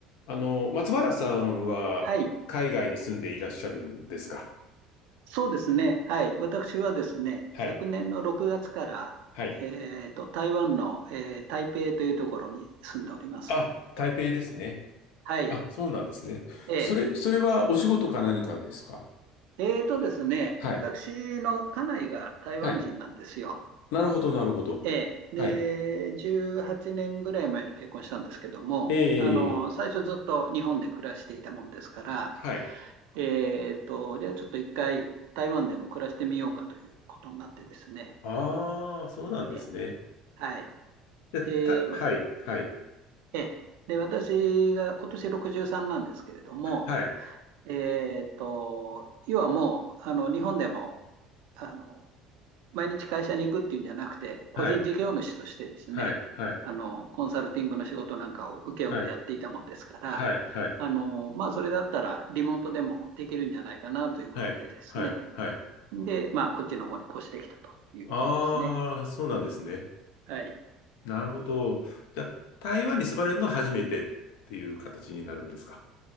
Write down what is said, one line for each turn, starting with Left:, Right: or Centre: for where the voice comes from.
Left: あの、松原さんは海外に住んでいらっしゃるんですか
Right: はい。そうですね。はい。私はですね、
Left: はい。
Right: 昨年の6月から、
Left: はい。
Right: えっと、台湾の、えー台北というところに住んでおります。
Left: あ、台北ですね。
Right: はい。
Left: あ、そうなんですね。
Right: え
Left: それ、それはお仕事か何かですか
Right: ー、えーとですね、
Left: はい。
Right: 私の家内が台湾人なんですよ。
Left: はい。なるほど、なるほど。
Right: えー、
Left: はい。
Right: で、18年ぐらい前に結婚したんですけども、
Left: ええ、
Right: あの、最初ずっと日本で暮らしていたもんですから、
Left: はい。
Right: えーと、じゃあちょっと一回台湾でも暮らしてみようかということになってですね。
Left: ああ、そうなんですね。
Right: えーはい。
Left: でた、
Right: で、
Left: はい、はい。
Right: ええ。で、私が今年63なんですけれども、
Left: はい、
Right: えーっと、要はもう、あの、日本でも、あの、毎日会社に行くっていうんじゃなくて、個人事業主としてですね、
Left: はい、はい、はい、
Right: あの、コンサルティングの仕事なんかを請け負ってやっていたもんですから、
Left: はい、はい、はい、
Right: あの、まあ、それだったらリモートでもできるんじゃないかなということでですね。
Left: はい、はい、
Right: で、まあ、こっちの方に越してきたということですね。
Left: ああ、そうなんですね。
Right: はい。
Left: なるほど。じゃあ、台湾に住まれるのは初めてっていう形になるんですか